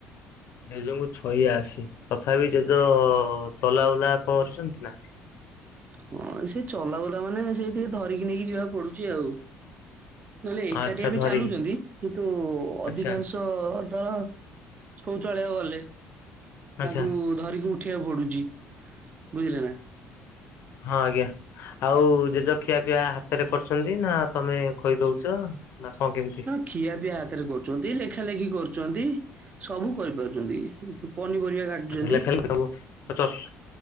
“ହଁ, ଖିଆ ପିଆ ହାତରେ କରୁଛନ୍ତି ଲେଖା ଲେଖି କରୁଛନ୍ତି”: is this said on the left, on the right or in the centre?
Right